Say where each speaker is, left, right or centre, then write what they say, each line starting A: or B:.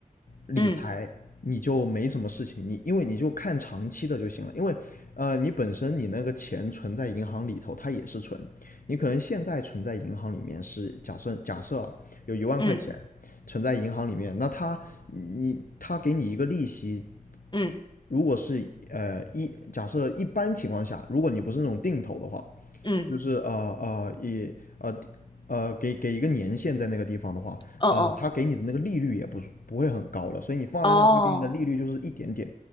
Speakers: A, on the left; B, on the left.
A: 理财，
B: 嗯
A: 你就没什么事情，你因为你就看长期的就行了，因为呃你本身你那个钱存在银行里头，它也是存，你可能现在存在银行里面是假设假设啊有一万块钱，
B: 嗯
A: 存在银行里面，那他你他给你一个利息，
B: 嗯
A: 如果是呃一假设一般情况下，如果你不是那种定投的话，
B: 嗯嗯
A: 就是呃呃一呃呃呃给给一个年限在那个地方的话，
B: 嗯，
A: 呃，他给你的那个利率也不是不会很高了，所以你放在那，
B: 哦
A: 他给你的利率就是一点点，